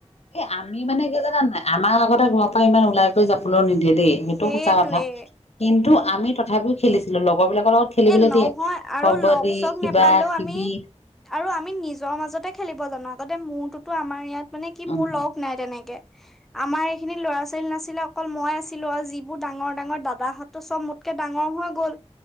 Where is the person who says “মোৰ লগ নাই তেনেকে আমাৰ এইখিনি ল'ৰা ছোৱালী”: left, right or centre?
Centre